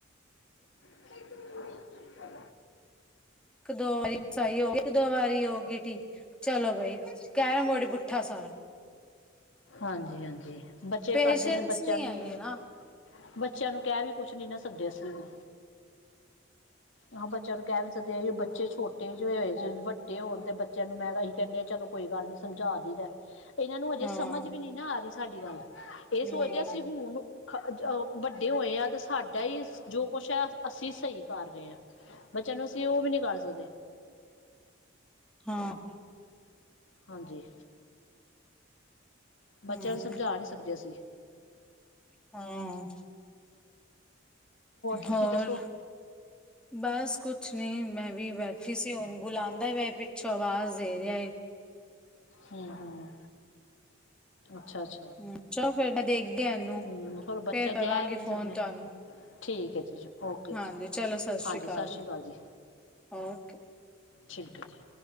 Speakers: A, on the left; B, in the centre.
A: <inaudible>
B: ਇੱਕ, ਦੋ ਵਾਰੀ ਸਹੀ ਹੋ। ਇੱਕ, ਦੋ ਵਾਰੀ ਹੋ ਗੀਟੀ ਚਲੋ, ਬਾਈ ਕੈਰਮ ਬੋਰਡ ਪੁੱਠਾ ਸਾਰਾ।
A: ਹਾਂਜੀ-ਹਾਂਜੀ। ਬੱਚੇ
B: ਪੇਸ਼ੈਂਸ
A: ਕਰਦੇ ਨੇ ਬੱਚਿਆਂ
B: ਨੀ
A: ਨੂੰ
B: ਹੈਗੇ
A: ਹੀ,
B: ਨਾ
A: ਬੱਚਿਆਂ ਨੂੰ ਕਹਿ ਵੀ- ਕੁਛ ਨਹੀਂ ਕਹਿ ਸਕਦੇ ਨਾ, ਅਸੀਂ ਹੁਣ। ਆਹੋ ਬੱਚਿਆਂ ਨੂੰ ਕਹਿ ਵੀ ਨਹੀਂ ਸਕਦੇ ਆ, ਬੱਚੇ ਛੋਟੇ ਜੋ ਹੋਏ, ਵੱਡੇ ਹੋਣ ਤੇ ਬੱਚਿਆਂ ਨੂੰ ਮੈਂ ਕਿਹਾ, ਕਹਿੰਦੇ ਹਾਂ ਚਲੋ। ਕੋਈ ਗੱਲ ਨੀ ਸਮਝਾ ਦਈਦਾ। ਇਹਨਾਂ ਨੂੰ ਹਜੇ-
B: ਹਾਂ
A: ਸਮਝ ਵੀ ਨੀ ਨਾ ਆਰੀ ਸਾਡੀ ਗੱਲ, ਏਸ
B: ਹਮ
A: ਵਜੈ ਅਸੀਂ ਹੁਣ ਖ ਜਉ ਵੱਡੇ ਹੋਏ ਆਂ ਤੇ ਸਾਡਾ ਹੀ ਜੋ ਕੁਛ ਹੈ ਅਸੀਂ ਸਹੀ ਕਾਰ ਰਹੇ ਆਂ, ਬੱਚਿਆਂ ਨੂੰ ਅਸੀਂ ਓਹ ਵੀ ਨੀ ਕਰ ਸਕਦੇ।
B: ਹਾਂ।
A: ਹਾਂਜੀ‌। ਬੱਚਿਆਂ
B: ਹਮ
A: ਨੂੰ ਸਮਝਾ ਨੀ ਸਕਦੇ, ਅਸੀਂ।
B: ਹਾਂ
A: ਤੁਸੀਂ
B: ਹੋਰ,
A: ਦੱਸੋ
B: ਬਸ ਕੁਛ ਨਹੀਂ ਮੈਂ ਵੀ ਬੈਠੀ ਸੀ ਹੋਨ ਬੁਲਾਂਦਾ ਪੇਈ ਪਿੱਛੋਂ ਆਵਾਜ਼ ਦੇ ਰਿਆ ਏ।
A: ਹੂੰ ਹੂੰ। ਅੱਛਾ ਅੱਛਾ,
B: ਹੂੰ ਚਲੋ ਫੇਰ ਮੈਂ ਦੇਖਦੀ ਆ ਇਹਨੂੰ
A: ਹੂੰ ਫੇਰ ਬੱਚੇ
B: ਕਰਾਂਗੀ
A: ਜੈ ਵੀ ਨੀ ਸਕਦੇ,
B: ਫੋਨ ਤੁਹਾਨੂੰ
A: ਠੀਕ ਹੈ ਜੀ ਓਕੇ ਜੀ,
B: ਹਾਂਜੀ ਚਲੋ ਸਤਿ
A: ਹਾਂਜੀ
B: ਅਕਾਲ
A: ਸਤ ਸ੍ਰੀ ਕਾਲ ਜੀ,
B: ਓਕੇ।
A: ਠੀਕ ਹੈ ਜੀ।